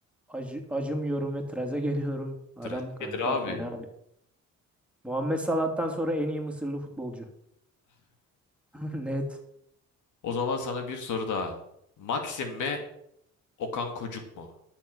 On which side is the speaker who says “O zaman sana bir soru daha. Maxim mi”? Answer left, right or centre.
Left